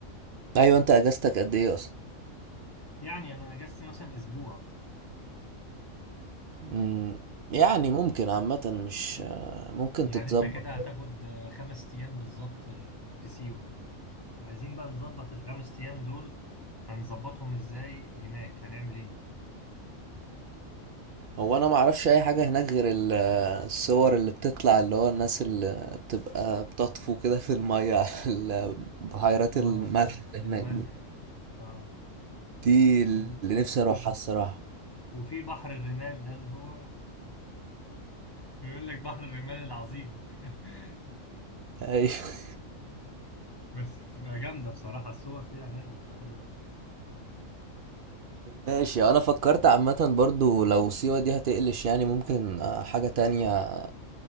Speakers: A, on the right; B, on the left.
A: ايوه انت اجازتك قد ايه اصلا
B: يعني أنا أجازتي مثلا أسبوع
A: امم، يعني ممكن عامه مش آه، ممكن
B: يعني
A: تتظبط
B: أنت كده هتاخد آه، خمس أيام بالظبط آه، في سيوة عايزين بقى نظبط الخمس أيام دول هنظبطهم إزاي هناك هنعمل إيه؟
A: هو انا ما اعرفش اي حاجه هناك غير ال- الصور اللي بتطلع اللي هو الناس اللي بتبقى بتطفو كده في الميه على ال- بحيرات
B: آه
A: الملح اللي
B: الملح
A: هناك دي
B: آه
A: دي اللي
B: و...
A: نفسي اروحها الصراحه
B: وفي بحر الرمال ده اللي هو بيقول لك بحر الرمال العظيم <laughs>
A: ايوه
B: بس بتبقى جامدة بصراحة الصور فيها هناك بتبقى حلوة أوي
A: ماشي انا فكرت عامه برضو لو سيوه دي هتقلش يعني ممكن آه، حاجه تانية